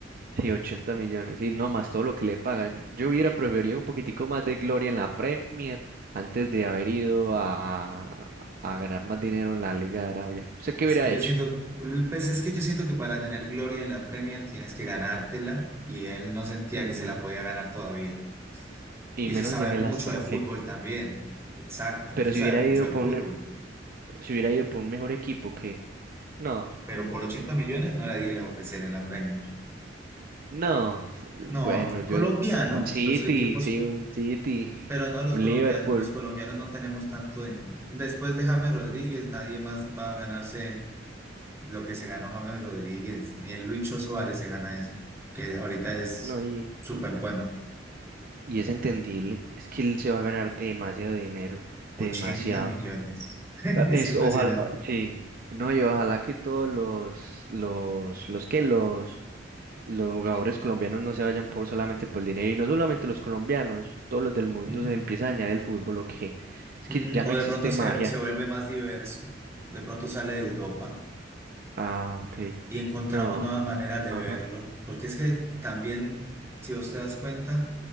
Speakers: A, on the right (about 50°); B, on the right (about 15°).
A: Sí, 80 millones. Y no más todo lo que le pagan. Yo hubiera preferido un poquitico más de gloria en la Premier antes de haber ido a, a ganar más dinero en la Liga de Arabia. ¿Usted qué
B: Es
A: hubiera
B: que yo
A: hecho?
B: siento, pues es que yo siento que para tener gloria en la Premier tienes que ganártela y él no sentía
A: Ujú.
B: que se la podía ganar todavía.
A: Y
B: Y eso
A: menos
B: es saber
A: en el
B: mucho
A: Aston,
B: de
A: ¿o
B: fútbol
A: qué?
B: también. Exacto,
A: Pero
B: eso es
A: si
B: saber
A: hubiera
B: mucho
A: ido
B: de
A: por
B: fútbol.
A: un, si hubiera ido por un mejor equipo, ¿qué? No,
B: Pero por 80 millones no la di a ofrecer en la Premier.
A: no.
B: No,
A: Bueno, yo
B: colombiano,
A: un City,
B: los equipos
A: sí, un City,
B: Pero no, los
A: un
B: colombianos,
A: Liverpool.
B: los colombianos no tenemos tanto dinero. Después de James Rodríguez, nadie más va a ganarse lo que se ganó James Rodríguez, ni el Lucho Suárez se gana eso, que ahorita es
A: No, y,
B: súper bueno.
A: y es entendible. Es que él se va a ganar demasiado dinero,
B: 80
A: demasiado.
B: millones. <laughs> Es
A: Ah, Es,
B: impresionante.
A: ojalá, ah, sí. No, y ojalá que todos los, los, los que los, los jugadores colombianos no se vayan por solamente por el dinero, y no solamente los colombianos, todos los del mundo
B: Mm,
A: se empieza a dañar el fútbol, o que es
B: mm,
A: que ya no
B: O de
A: existe
B: pronto se,
A: magia.
B: se vuelve más diverso, de pronto sale de Europa
A: Ah, ok.
B: y encontramos
A: No,
B: nuevas maneras de
A: ajá.
B: verlo, porque es que también, si vos te das cuenta,